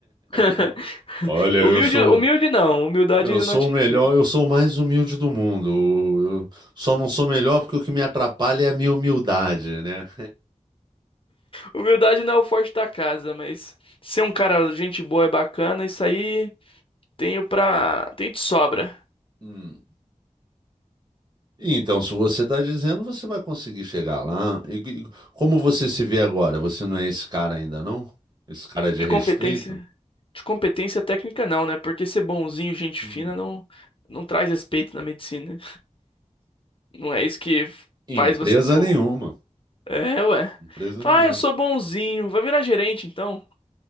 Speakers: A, on the left; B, on the right.
A: <laughs>
B: <laughs> Olha, eu
A: Humilde,
B: sou,
A: humilde não, humildade
B: eu
A: ainda
B: sou
A: não atingi.
B: o melhor, eu sou o mais humilde do mundo. Eu só não sou melhor porque o que me atrapalha é a minha humildade, né?
A: Humildade não é o forte da casa, mas ser um cara, gente boa é bacana, isso aí tenho pra. Tenho de sobra.
B: Hum. Então, se você está dizendo, você vai conseguir chegar lá. E, e como você se vê agora? Você não é esse cara ainda, não? Esse cara de
A: De
B: respeito?
A: competência. De competência técnica não, né? Porque ser bonzinho, gente
B: Hum.
A: fina, não, não traz respeito na medicina. Não é isso que
B: Empresa
A: faz você ser o.
B: nenhuma.
A: É, ué.
B: Empresa
A: Ah,
B: nenhuma.
A: eu sou bonzinho. Vai virar gerente, então.